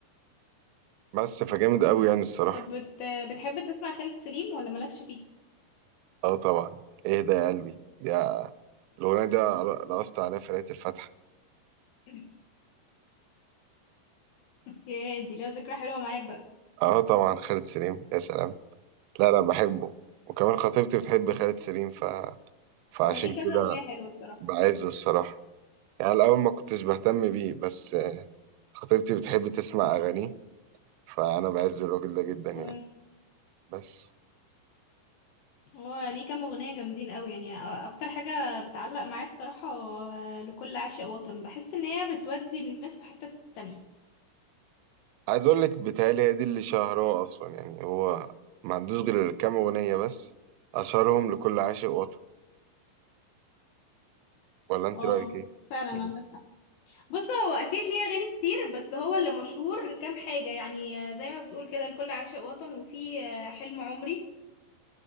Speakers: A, on the right (about 90°); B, on the left (about 75°).
A: بس فجامد أوي يعني الصراحة
B: طب بت... بتحب تسمع خالد سليم ولا مالكش فيه
A: اه طبعا اهدى يا قلبي يا الأغنية دي ر- رقصت عليها في ليلة الفتح
B: <laughs> يا دي ليها ذكرى حلوه معاك بقى
A: اه طبعا خالد سليم يا سلام لا لا بحبه وكمان خطيبتي بتحب خالد سليم ف... فعشان
B: هو ليه كذا
A: كده
B: اغنيه حلوه بصراحه
A: بعزه الصراحة يعني الأول ما كنتش بهتم بيه بس آه، خطيبتي بتحب تسمع أغانيه فأنا بعز الراجل ده جدا يعني
B: تمام.
A: بس
B: هو ليه كام اغنيه جامدين قوي يعني أ- اكتر حاجه بتعلق معايا الصراحه آه، لكل عاشق وطن بحس ان هي بتودي الناس في حته تانية
A: عايز اقول لك بيتهيألي هي دي اللي شهرها اصلا يعني هو ما عندوش غير كام اغنيه بس اشهرهم لكل عاشق وطن ولا انت
B: اه
A: رايك ايه
B: فعلا
A: إيه.
B: عندك حق بص هو اكيد ليه اغاني كتير بس هو اللي مشهور كام حاجه يعني آه، زي ما بتقول كده لكل عاشق وطن وفي آه، حلم عمري